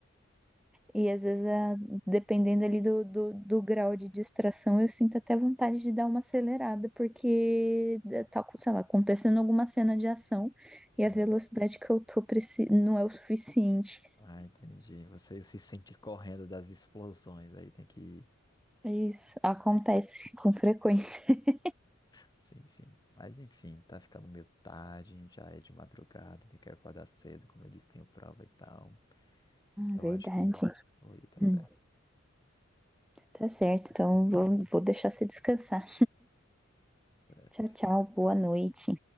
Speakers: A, in the centre; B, on the left (about 20°).
A: E às vezes, a- dependendo ali do, do, do grau de distração, eu sinto até vontade de dar uma acelerada, porque eh, tá, sei lá, acontecendo alguma cena de ação e
B: Hum.
A: a velocidade que eu tô preci- não é o suficiente.
B: Ah, entendi. Você se sente correndo das explosões, aí tem que ir.
A: É Isso acontece com frequência. <laughs>
B: Sim, sim. Mas enfim, tá ficando meio tarde, já é de madrugada, tem que acordar cedo, como eu disse, tenho prova e tal. Então
A: Ah, Verdade.
B: acho que. Oi, tá
A: Hum,
B: certo.
A: tá certo, então vou, vou deixar você descansar.
B: Certo.
A: Tchau, tchau, boa noite.